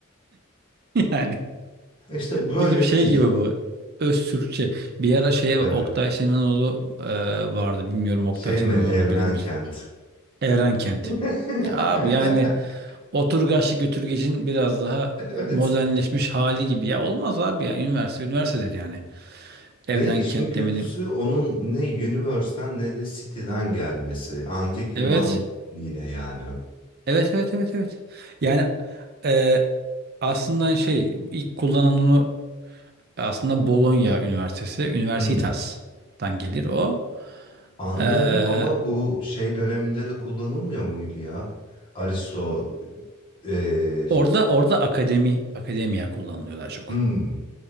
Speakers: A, on the right; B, on the left.
A: <laughs> Yani
B: İşte böyle
A: bizim şey
B: bir dil.
A: gibi bu. Öz Türkçe. Bir ara şey
B: Evet.
A: Oktay Sinanoğlu e, vardı. Bilmiyorum Oktay
B: Şey
A: Sinanoğlu'nu
B: mi Evrenkent?
A: bilir misin? Evrenkent.
B: <laughs>
A: Ya abi yani Oturgaçlı götürgecin biraz daha
B: Evet.
A: modernleşmiş hali gibi. Ya olmaz abi ya. Üniversite üniversitedir yani. Evren
B: Ve işin
A: kentlemenim.
B: kötüsü onun ne Universe'ten ne de City'den gelmesi. Antik
A: Evet.
B: Yunan yine yani.
A: Evet evet evet evet. Yani e, aslında şey ilk kullanan onu aslında Bologna Üniversitesi. Universitas'tan
B: Hmm,
A: gelir o.
B: anlıyorum
A: E,
B: ama bu şey döneminde de kullanılmıyor muydu ya? Aristo, eee,
A: orada orada akademi akademiya kullanılıyor daha çok.
B: hmm,